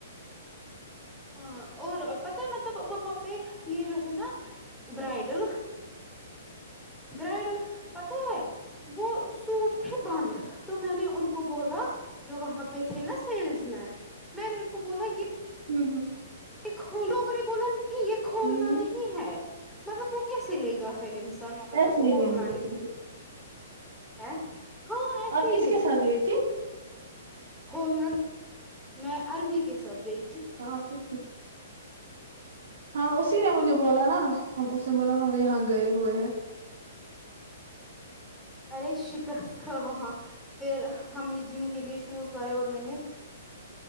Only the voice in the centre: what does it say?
ہاں اور پتا ہے مطلب وہاں پہ یہ جو ہے نا برائڈل برائڈل پتا ہے وہ سوٹ تھے بند تو میں نے ان کو بولا جو وہاں پہ تھے نا سیلس مین میں نے ان کو بولا یہ
یہ کھولو گے بولا نہیں یہ کھولنا
نہیں ہے مطلب وہ کیسے لے گا پھر انسان مطلب
جب
کھولنا
نہیں ہے ہاں ایسے
ہی
کولنا میں عربی کے ساتھ گئی تھی
ارے شکست تھا وہاں پھر ہم نے جم کے لیے شوز لائے اور میں نے